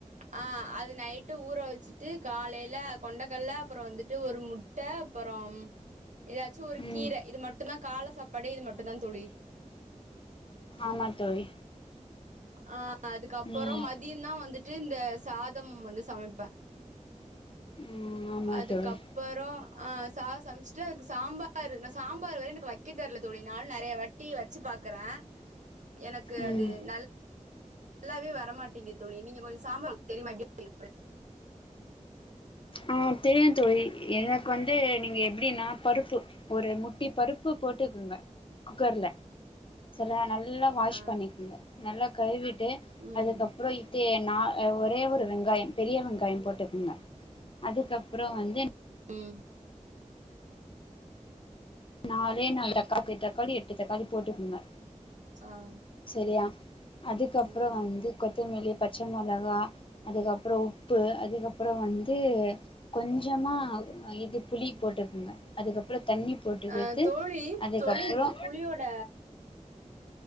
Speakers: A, on the right (about 70°); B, on the left (about 40°).
A: ஆஹ் அது நைட்டு ஊற வச்சிட்டு காலையில கொண்டக்கடல அப்புறோ வந்துட் ட்டு ஒரு முட்டை அப்புறோ ஏதாச்சும் ஒரு
B: ம்
A: கீர இது மட்டும் தான் காளை சாப்பாடு இது மட்டும் தான் தோழி.
B: ஆமா தோழி
A: ஆஹ் அதுக்கப்புறோ
B: ம்
A: மதியம் தான் வந்துட் ட்டு இந்த சாதம் வந்து சமைப்பேன்.
B: ம் ஆமா
A: அதுக்கப்புறோ
B: தோழி
A: ஆஹ் சா சமைச்சுட்டு அதுக்கு சாம்பார் நான் சாம்பார் வர எனக்கு வைக்க தரல தோழி நானும் நெறைய வட்டி வச்சு பாக்குறேன் எனக்கு
B: ம்
A: அது நல் நல்லாவே வரமாட்டீங் தோழி நீங்க கொஞ் சாம்பார் வைக்க தெரியிமா எப்டி எப்டி
B: ஆ தெரியு தோழி எனக்கு வந்து நீங்க எப்டின்னா பருப்பு ஒரு முட்டி பருப்பு போட்டுக்குங்க குக்கர்ல செல நல் நல்லா வாஷ்
A: ஆ
B: பண்ணிக்குங்க நல்லா கழுவிட் டு
A: ம்
B: அதுக்கப்புறோ இத்து னா ஒரே ஒரு வெங்காயம் பெரிய வெங்காயம் போட்டுக்குங்க அதுக்கப்றோ வந்து
A: உம்
B: நாலே நால் தக் <unintelligible> தக்காளி எட்டு தக்காளி போட்டுக்குங்க
A: ஆ
B: செரியா அதுக்கப்பற
A: ம்
B: வந்து கொத்தமல்லி பச்ச மொளகா அதுக்கப்றோ உப்பு அதுக்கப்பறோ வந்து கொஞ்சமா அ
A: ம்
B: இது புளி போட்டுக்குங்க அதுக்கப்றோ தண்ணி போட்டுக்கிட்டு
A: அ தோழி
B: அதுக்கப்புறோ
A: தோழி புளியோட